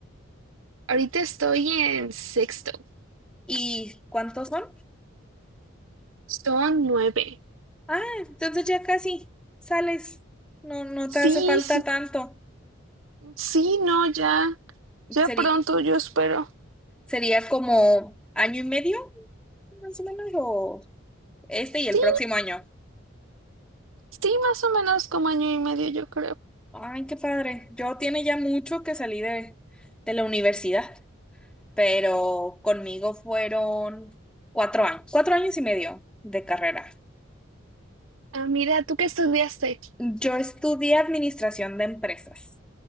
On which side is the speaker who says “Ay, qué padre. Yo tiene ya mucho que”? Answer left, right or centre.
Centre